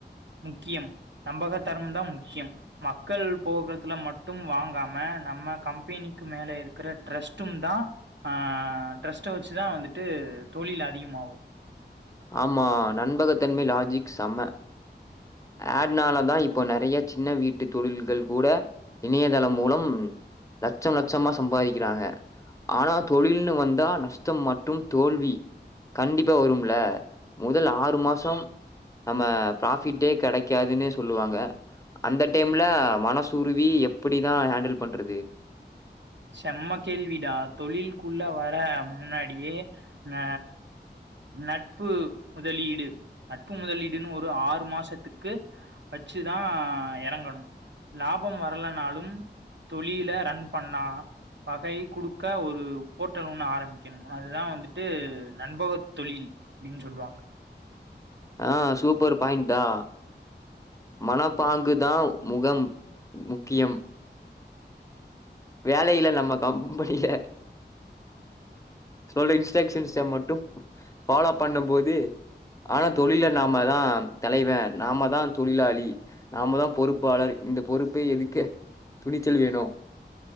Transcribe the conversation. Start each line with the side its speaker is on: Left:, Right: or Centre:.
Right: முக்கியம் நம்பக தரம்தா முக்கியம் மக்கள் போக்கத்துல மட்டும் வாங்காம நம்ம கம்பெனிக்கு மேல இருக்குற ட்ரஸ்ட்டும்தா ஆ ட்ரஸ்ட்ட வச்சுதா வந்துட்டு தொழில் அதியமாவு
Left: ஆமா நண்பகத்தன்மை லாஜிக் செம்ம ஆட்னாலதா இப்போ நெறைய சின்ன வீட்டு தொழில்கள் கூட இணையதளம் மூலம் லட்சம் லட்சமா சம்பாதிக்கிறாங்க ஆனா தொழில்னு வந்தா நஷ்டம் மற்றும் தோல்வி கண்டிப்பா வரும்ல முதல் ஆறு மாசம் நம்ம ஃபராஃபிட்டே கெடைக்காதுன்னு சொல்லுவாங்க அந்த டைம்ல மனசுருவி எப்புடிதா ஹேண்டில் பண்றது
Right: செம்ம கேள்வி டா தொழில்க்குள்ள வர முன்னாடியே ந நட்பு முதலீடு நட்பு முதலீடுன்னு ஒரு ஆறு மாசத்துக்கு வச்சுதா எறங்கணு லாபம் வரலனாலும் தொழில ரன் பண்ணா வகை குடுக்க ஒரு போர்டல் ஒண்ணு ஆரம்பிக்கணும் அதுதா வந்துட்டு நண்பக தொழில் அப்டின் சொல்லுவாங்க
Left: ஆ சூப்பர் பாயிண்டா மனப்பாங்கு தா முகம் முக்கியம் வேலையில நம்ம கம்பெனில சொல்ற இன்ஸ்ட்ரக்ஷன்ஸ மட்டும் ஃபாலோ பண்ணும்போது ஆனா தொழில நாமதா தலைவ நாமதா தொழிலாளி நாமதா பொறுப்பாளர் இந்த பொறுப்பே எதுக்கு துணிச்சல் வேணு